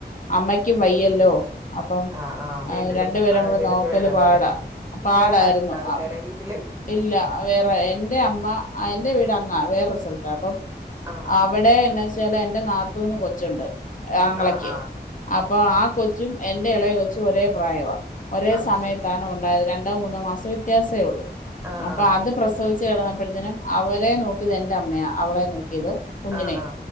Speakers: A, on the left (about 50°); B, on the right (about 15°).
A: അമ്മയ്ക്കും വയ്യല്ലോ അപ്പം
B: ആ ആ വീട്ടിലും
A: രണ്ടു പേരും
B: ആരേലൊക്കെ
A: കൂടെ നോക്കല്
B: വേണല്ലോ
A: പാടാ
B: അല്ലെ
A: പാടായിരുന്നു.
B: വേറെ ആരും ഉണ്ടാവില്ല
A: ആ
B: അല്ലെ വീട്ടില്
A: ഇല്ല വേറെ എന്റെ അമ്മ ആ എന്റെ വീട് അങ്ങ വേറൊരു സ്ഥലത്ത അപ്പം
B: ആ
A: അവിടെ എന്നാച്ചാല് എൻ എന്റെ നാത്തൂന് കൊച്ചുണ്ട് ആങ്ങളക്ക്
B: ആ ആ ആ
A: അപ്പൊ ആ കൊച്ചും എന്റെ ഇളയെ കൊച്ചും ഒരേ - പ്രായവാ ഒരേ
B: അത്
A: സമയത്താണ്
B: ശരി
A: ഉണ്ടായത് രണ്ട്- രണ്ടോ മൂന്നോ മാസവേ വ്യത്യാസമേ ഉള്ളൂ
B: ആ
A: അപ്പൊ
B: ആ
A: അത് പ്രസവിച്ചു താ പ്പത്തിന് അവരെ നോക്കി എന്റെ അമ്മയ അവളെ ക്കിയത് കുഞ്ഞിനെ
B: ആ ആ